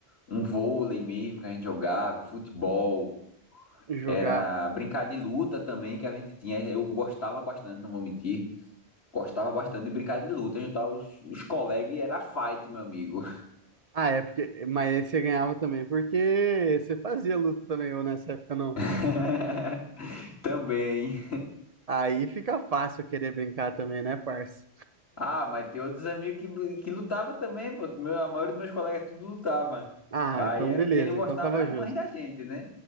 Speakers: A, on the left; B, on the right.
A: um vôlei mesmo que a gente jogava, futebol,
B: jogar.
A: era brincar de luta também que a gente tinha. Eu gostava bastante, não vou mentir. Gostava bastante de brincar de luta, juntar os, os colegas e era fight, meu amigo.
B: Ah, é porque. Mas aí você ganhava também porque você fazia luta também, ou nessa época não.
A: <laughs> também.
B: Aí fica fácil querer brincar também, né, parça?
A: Ah, mas tem outros amigos que, que lutava também, pô. Meu, a maioria dos meus colegas tudo lutava.
B: Ah,
A: Aí
B: então
A: era
B: beleza,
A: quem não gostava
B: então tava
A: era as
B: justo.
A: mães da gente, né?